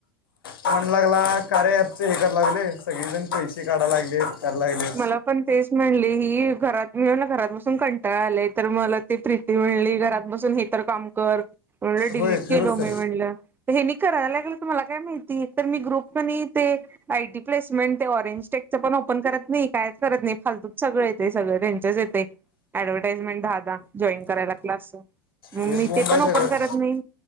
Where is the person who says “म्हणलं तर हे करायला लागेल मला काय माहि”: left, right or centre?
Right